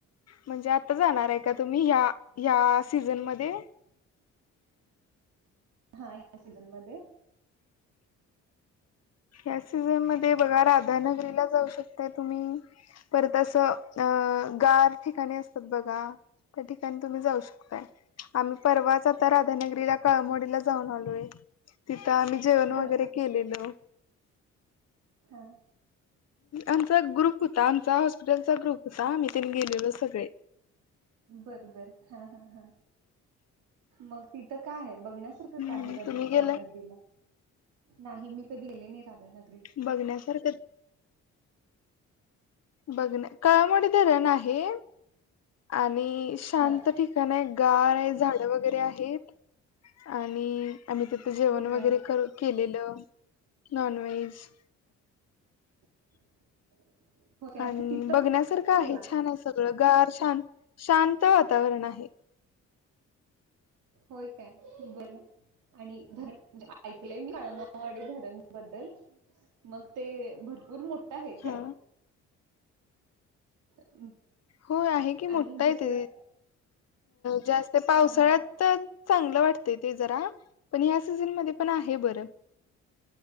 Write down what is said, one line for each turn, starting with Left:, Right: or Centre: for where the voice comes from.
Left: म्हणजे आता जाणार आहे का तुम्ही? ह्या ह्या सीझनमध्ये
Right: हा ह्या सीझन मध्ये
Left: या सीझन मध्ये बघा राधानगरीला जाऊ शकताय तुम्ही. परत असं अं गार ठिकाणी असतात बघा त्या ठिकाणी तुम्ही जाऊ शकताय. आम्ही परवाच आता राधानगरीला, काळमवाडीला जाऊन आलोय. तिथं आम्ही जेवण
Right: बर
Left: वगैरे केलेलो.
Right: हा.
Left: आमचा ग्रुप होता, आमचा हॉस्पिटलचा ग्रुप होता, आम्ही तेन गेलेलो सगळे.
Right: बर बर. हा हा हा. मग तिथं काय आहे? बघण्यासारखं
Left: हम्म
Right: काय आहे रधना
Left: तुम्ही गेलाय
Right: राधानगरीला? नाही मी कधी गेले नाही राधानगरीला
Left: बघण्यासारखं बघणं काळमवाडी धरण आहे. आणि शांत
Right: हा
Left: ठिकाण आहे. गार आहे. झाड वगैरे आहेत. आणि आम्ही तिथं जेवण
Right: बर
Left: वगैरे कर केलेलं. नॉनव्हेज.
Right: <unintelligible> काय
Left: आणि
Right: तिथंच
Left: बघण्यासारखं आहे
Right: केला
Left: छान असं सगळ गार, शांत शांत वातावरण आहे.
Right: होय काय? बरं आणि धरण म्हणजे ऐकलंय मी काळमावाडी धरण बद्दल, मग ते भरपूर मोठं हाय काय?
Left: हा
Right: <inaudible>
Left: हो, आहे की
Right: आणि
Left: मोठ
Right: दुसरं
Left: आहे ते जास्त पावसाळ्यातच
Right: हा
Left: चांगलं वाटतंय ते जरा, पण ह्या सीझनमध्ये ते पण आहे बर.